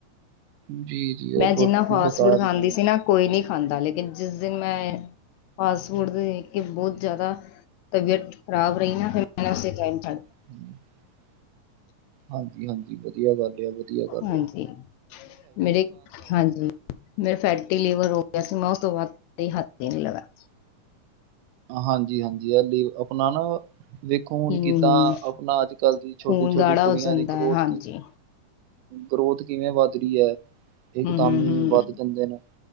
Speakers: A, on the right; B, on the left.
A: ਜੀ, ਜੀ ਉਹ
B: ਮੈਂ
A: ਬ
B: ਜਿੰਨਾ ਫਾਸਟ
A: ਬੇਕਾਰ
B: ਫੂਡ ਖਾਂਦੀ
A: ਹੀ ਖਾਂਦੇ।
B: ਸੀ ਨਾ ਕੋਈ ਨਹੀਂ ਖਾਂਦਾ ਲੇਕਿਨ ਜਿਸ ਦਿਨ ਮੈਂ। ਫਾਸਟ ਫੂਡ ਤੇ ਦੇਖ ਕੇ ਬਹੁਤ ਜ਼ਿਆਦਾ। ਤਬੀਅਤ ਖਰਾਬ ਰਹੀ ਨਾ, ਫਿਰ ਮੈਂ ਔਸੇ ਟਾਈਮ ਛਡ ਦਿਤਾ।
A: <inaudible> ਹਾਂਜੀ- ਹਾਂਜੀ ਵਧੀਆ ਗੱਲ ਏ, ਵਧੀਆ ਗੱਲ
B: ਹਾਂਜੀ
A: ਏ।
B: ਮੇਰੇ ਹਾਂਜੀ, ਮੇਰੇ ਫੈਟੀ ਲੀਵਰ ਹੋ ਗਿਆ ਸੀ, ਮੈਂ ਉਸ ਤੋਂ ਬਾਅਦ ਤੇ ਹੱਥ ਹੀ ਨਹੀ ਲਗਾਇਆ।
A: ਹਾਂਜੀ-ਹਾਂਜੀ ਇਹ ਅਪਣਾ ਨਾ ਦੇੇਖੋ ਹੁਣ
B: ਹੂੰ
A: ਕਿੱਦਾਂ ਅਪਣਾ, ਅੱਜ-ਕੱਲ੍ਹ ਦੀ ਛੋਟੀ-ਛੋਟੀ
B: ਖੂਨ ਗਾੜਾ
A: ਕੁੜੀਆਂ
B: ਹੋ ਜਾਂਦਾ
A: ਦੀ ਗਰੋਥ
B: ਹੈ ਹਾਂਜੀ
A: ਕਿਵੇਂ ਗਰੋਥ ਕਿਵੇਂ ਵੱਧ ਰਹੀ ਹੈ,
B: ਹੂੰ
A: ਇੱਕ ਦਮ
B: ਹੂੰ ਹੂੰ
A: ਵੱਧ ਜਾਂਦੇ ਨੇ